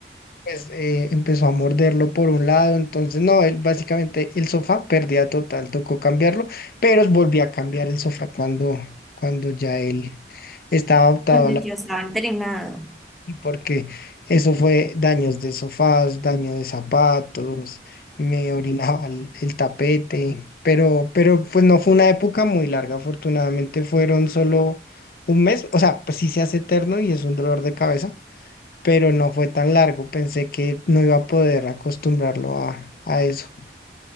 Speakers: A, on the left; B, in the centre.
A: pues eh, empezó a morderlo por un lado, entonces no, él, básicamente el sofá perdía total, tocó cambiarlo, pero volví a cambiar el sofá cuando, cuando ya él estaba adaptado
B: cuando ya estaba entrenado.
A: Y porque eso fue daños de sofás, daño de zapatos, me orinaba el, el tapete, pero, pero pues no fue una época muy larga, afortunadamente fueron solo un mes, o sea, pues sí se hace eterno y es un dolor de cabeza, pero no fue tan largo, pensé que no iba a poder acostumbrarlo a, a eso.